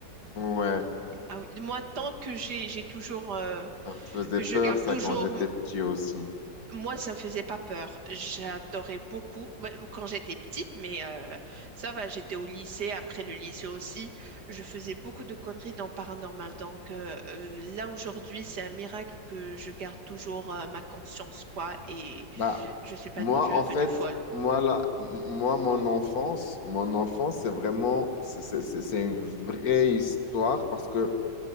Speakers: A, on the left; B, on the right.
A: ouais,
B: Ah oui, moi, tant que j'ai j'ai toujours euh,
A: ça me faisait
B: que
A: peur,
B: je garde
A: ça,
B: toujours.
A: quand j'étais
B: m-
A: petit aussi.
B: Moi, ça me faisait pas peur. J'adorais beaucoup bah, quand j'étais petite, mais euh, ça va, j'étais au lycée, après le lycée aussi. Je faisais beaucoup de conneries dans le paranormal. Donc euh, euh, là, aujourd'hui, c'est un miracle que je garde toujours euh, ma conscience, quoi, et
A: Bah,
B: je suis pas
A: moi,
B: devenue
A: en fait,
B: folle.
A: moi, là, moi, mon enfance, mon enfance, c'est vraiment, c'est c'est- c'est- c'est une vraie histoire parce que